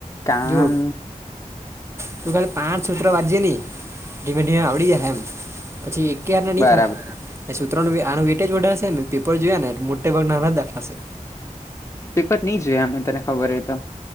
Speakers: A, on the left; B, on the right.
A: કામ
B: જો તું ખાલી પાંચ સુત્ર વાજયે નહી ધીમે ધીમે આવડી જાય એમ પછી એકાર ના નહં
A: બરાબર
B: થ પછ સ સુત્ર આ ને પેપર જોયા ને મોટા ભાગના નાના દાખલાશે
A: પેપર નહી જોયા અમે તને ખબર હોય તો